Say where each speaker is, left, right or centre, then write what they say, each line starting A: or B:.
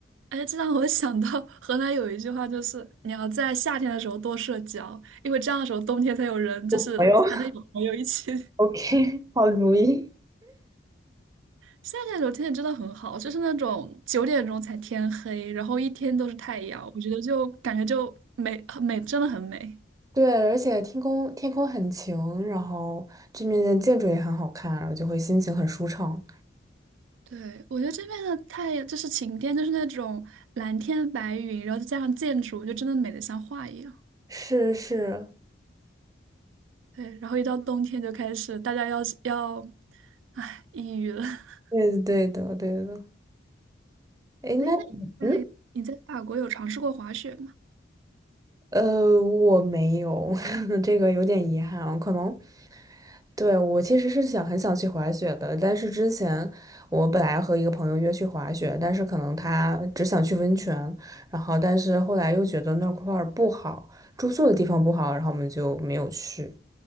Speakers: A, on the right (about 80°); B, on the right (about 20°).
A: 哎，这让我想到河南有一句话，就是你要在夏天的时候多社交，因为这样的时候冬天才有人，
B: 我朋友
A: 就是才能有朋友一起
B: <laughs>，OK，好主意。
A: 夏天的时候天气真的很好，就是那种九点钟才天黑，然后一天都是太阳，我觉得就感觉就美很美，真的很美。
B: 对，而且天空天空很晴，然后这面的建筑也很好看，然后就会心情很舒畅。
A: 对，我觉得这边的太阳就是晴天，就是那种蓝天白云，然后再加上建筑，就真的美得像画一样。
B: 是是，
A: 对，然后一到冬天就开始大家要要，唉，抑郁了。<laughs>
B: 对的对的对的。哎，那嗯
A: 哎，那你在你在法国有尝试过滑雪吗？
B: 呃，我没有，<laughs> 这个有点遗憾啊，可能对，我其实是想很想去滑雪的，但是之前我本来和一个朋友约去滑雪，但是可能他只想去温泉，然后但是后来又觉得那块儿不好，住宿的地方不好，然后我们就没有去。